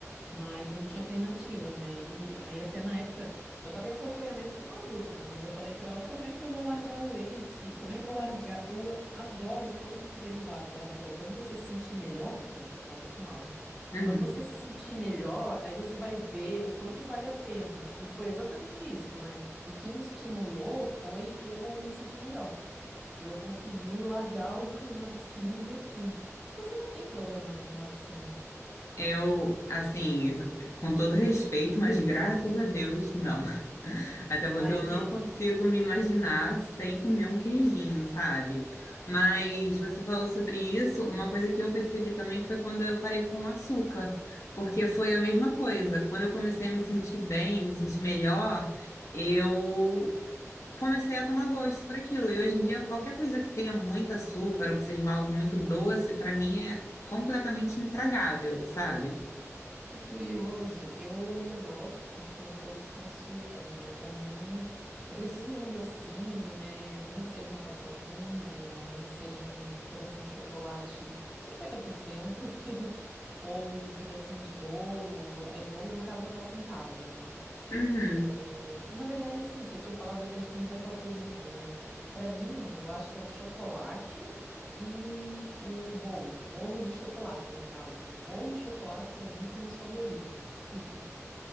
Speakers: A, in the centre; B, on the left.
A: mas eu não tinha alternativa, né? E aí até na época eu estava em acompanhamento com uma nutri, né? E eu falei para ela, como é que eu vou largar o leite? Como é que eu vou largar? Eu adoro todos os derivados. Ela falou, quando você se sentir melhor, porque na época eu estava muito mal, né?
B: Uhum.
A: Quando você se sentir melhor, aí você vai ver o quanto vale a pena. E foi exatamente isso, né? O que me estimulou foi eu me sentir melhor. Eu consegui largar <laughs> os laticínios assim. Você não tem problema, né, com laticínios?
B: Eu, assim, com todo respeito, mas graças a Deus, não. Até porque
A: Ah,
B: eu
A: entendo.
B: não consigo me imaginar sem comer um queijinho, sabe? Mas você falou sobre isso, uma coisa que eu percebi também foi quando eu parei com o açúcar, porque foi a mesma coisa. Quando eu comecei a me sentir bem, me sentir melhor, eu comecei a tomar gosto por aquilo. E hoje em dia, qualquer coisa que tenha muito açúcar ou que seja algo muito doce, para mim é completamente intragável, sabe?
A: Que curioso. Eu ainda gosto de consumir coisas com açúcar, né? Para mim, eu preciso de um docinho, né? Nem que seja uma paçoquinha, nem que seja um pedacinho de chocolate 50% <laughs> ou um pedacinho de bolo. Aí, bolo, no caso, eu faço em casa, né?
B: Uhum.
A: É, Na verdade, assim, você tinha falado até de comida favorita, né? para mim, eu acho que é o chocolate e o bolo. Bolo de chocolate, no caso, né? Bolo e chocolate, para mim, são meus favoritos. <laughs>